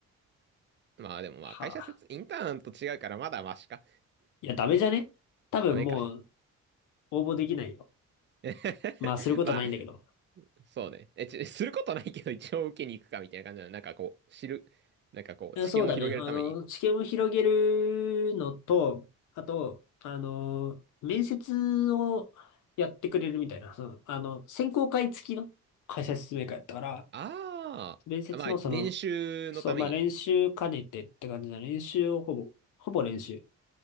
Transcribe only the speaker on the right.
まあでもまあ会社説、
インターンと違うからまだマシか。
ダメか。
<laughs>
まあ、そうね。え、ち、することないけど一応受けに行くかみたいな感じなの。なんかこう、知る。なんかこう、
知見を広げるために。
ああ。
まあ、練習のために。